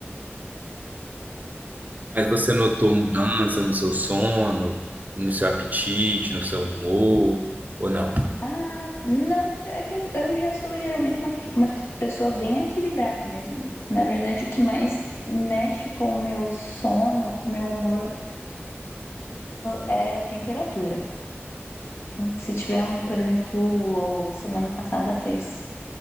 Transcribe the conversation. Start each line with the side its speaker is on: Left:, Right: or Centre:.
Right: Mas você notou mudança no seu sono, no seu apetite, no seu humor, ou não?
Left: Ah, não, é que eu, eu já sou geralmente uma, uma pessoa bem equilibrada mesmo. Na verdade, o que mais mexe com o meu sono, com o meu humor é temperatura. Então, se tiver, um, por exemplo, ou semana passada fez